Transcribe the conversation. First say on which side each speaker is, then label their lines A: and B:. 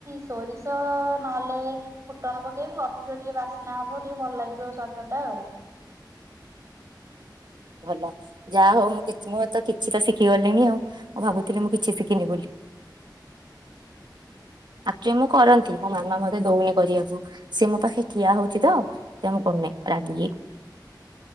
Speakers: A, on the right; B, on the right.
A: ସୋରିଷ ନହେଲେ ଫୁଟଣ ପକେଇବୁ ଅଧିକ ଟିକେ ବାସ୍ନା ହବ ଟିକେ ଭଲ ଲାଗିବ ସ୍ୱାଦଟା ଆଉ
B: ଭଲ ଯାହା ହଉ ମୁଁ ମୁଁ ତ କିଛି ତ ଶିଖି ଗଲିଣି ଆଉ ମୁଁ ଭାବୁଥିଲି ମୁଁ କିଛି ଶିଖିନି ବୋଲି ଆ ମୁଁ କରନ୍ତି ମୋ ମାମା ମତେ ଦଉନି କରିବାକୁ ସି ମୋ ପାଖେ କଠିଆ ହଉଛି ତ ସେ ମୁଁ କରୁନି ରାଗିକି।